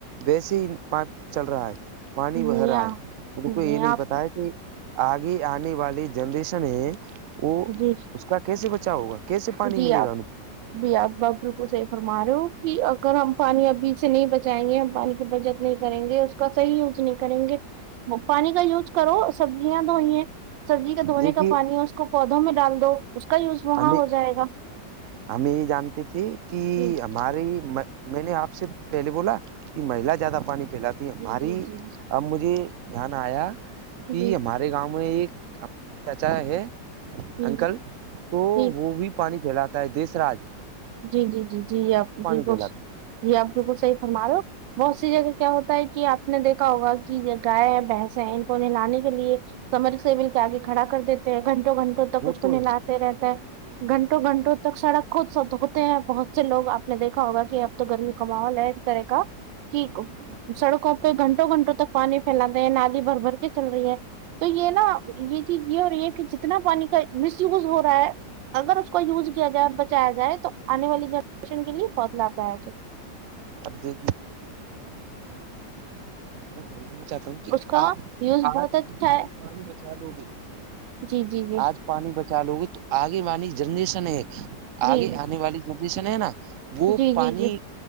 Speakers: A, on the right; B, on the right.
A: وسے ہی پائپ چل رہا ہے پانی بہ
B: جی
A: رہا ہے ان کو یہ نہیں
B: آپ
A: پتا ہے کہ آگے آنے والی جنریشن ہے وہ
B: جی
A: اس کا کیسے بچاؤ ہوگا کیسے پانی
B: جی
A: ملے
B: آپ
A: گا ان کو
B: بھی آپ آپ بالکل صحیح فرما رہے ہو کہ اگر ہم پانی ابھی سے نہیں بچائیں گے ہم پانی کی بجت نہیں کریں گے اس کا صحی یوز نہیں کریں گے پانی کا یوز کرو سبزیاں دھوئیں سبزی کا دھونے
A: دیکھیے
B: کا پانی ہے اس کو پودوں میں ڈال دو اس کا یوز وہاں
A: ہمیں
B: ہو جائے گا
A: ہم یہ جانتی تھی کہ
B: جی
A: ہماری میں نے آپ سے پہلے بولا کہ مہیلا زیادہ پانی پھلت تی ہے ہماری
B: جی جی جی جی
A: اب مجھے دھیان آیا کہ
B: جی
A: ہمارے گاؤں میں ایک چاچا ہے
B: جی
A: انکل تو
B: جی
A: وہ وہ بھی پانی پھیلاتا ہے دیس رج
B: جی جی جی جی آپ بالکل
A: پھیلاتا ہے
B: جی آپ بالکل صحیح فرمارہے بہت سی جگہ کیا ہوتا ہے کہ آپ نے دیکھا ہوگا کہ گائے بنس ہیں ان کو نہلانے کے لیے سمر سے مل کےاگے کھڑا کر دیتے گھنٹوں گھنٹوں تک
A: وہ
B: اس کو
A: تو ہے
B: نلاتے رہتا ہے گھنٹوں گھنٹوں تک سڑک خود ہوتے ہیں بہت سے لوگ آپ نے دیکھا ہوگا کہ اب تو گرمی کا ماحول ہے اس طرح کا کہ سڑکوں پہ گھنٹوں گھنٹوں تک پانی پھیلاتے ہیں نالی بھر بھر کے چل رہی ہے تو یہ نا یہ چیز یہ ہورہی ہے کے اتنا پانی کا مس یوز ہو رہا ہے اگر اس کو یوز کیا جائے بچے بچایا جائے تو آنے والی جنریشن کے لیے بہت لابھ دائک ہے
A: اب دیکھنا میں فرمانا چاہتا ہوں کہ
B: اس کا
A: آ
B: یوز بہت
A: آج
B: اچھا ہے
A: آج پانی بچا لو گے
B: جی جی جی
A: آج پانی بچا لو گے تو آگے والی جنریشن ہے
B: جی
A: آگے آنے والی جنریشن ہے نا وہ
B: جی
A: پانی
B: جی جی